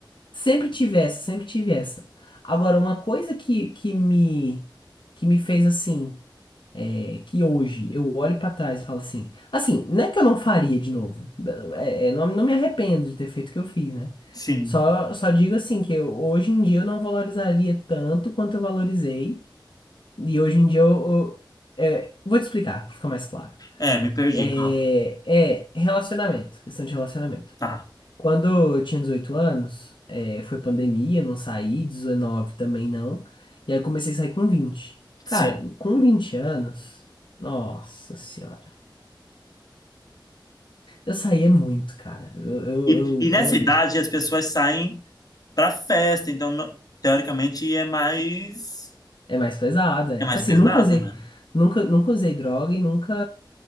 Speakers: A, on the left; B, on the left.
A: Sempre tive essa, sempre tive essa. Agora, uma coisa que, que me que me fez assim, é, que hoje eu olho pra trás e falo assim, assim, não é que eu não faria de novo. É, é, não, não me arrependo de ter feito o que eu fiz, né?
B: sim.
A: Só, só digo assim que eu- hoje em dia eu não valorizaria tanto quanto eu valorizei. E hoje em dia eu, eu- é, vou te explicar, pra ficar mais claro.
B: É, me perdi,
A: É,
B: calma.
A: é relacionamento, questão de relacionamento.
B: Tá.
A: Quando eu tinha 18 anos, eh, foi pandemia, não saí, Dezenove também não. E aí eu comecei a sair com 20.
B: Sim.
A: Cara, em- com 20 anos, nossa senhora. Eu saía muito, cara. Eu, eu,
B: E, e nessa
A: eu era.
B: idade as pessoas saem pra festa, então no- teoricamente é mais
A: É mais pesada.
B: é
A: é.
B: mais
A: Assim,
B: pesado,
A: nunca usei.
B: né?
A: Nunca, nunca usei droga e nunca.